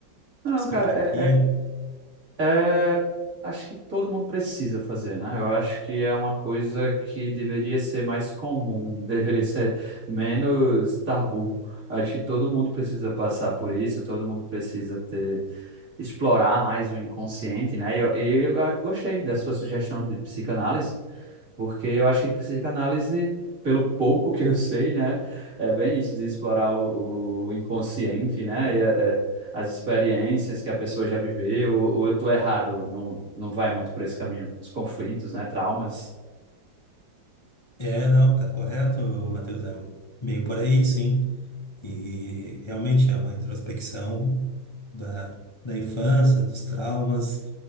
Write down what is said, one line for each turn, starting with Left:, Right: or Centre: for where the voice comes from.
Right: Não,
Left: de psicoterapia.
Right: cara, é, É, acho que todo mundo precisa fazer, né? Eu acho que é uma coisa que deveria ser mais comum, <laughs> deveria ser menos tabu. Acho que todo mundo precisa passar por isso, todo mundo precisa ter, explorar mais o inconsciente, né? E eu, e eu ah, gostei da sua sugestão de psicanálise porque eu acho que psicanálise, pelo pouco que eu sei, né, é bem isso de explorar o, o inconsciente, né, e, é, é, as experiências que a pessoa já viveu, ou, ou eu tô errado, não, não vai muito por esse caminho, os conflitos, né, traumas.
Left: É, não, tá correto, Matheus, é bem por aí, sim. E realmente é uma introspecção da, da infância, dos traumas,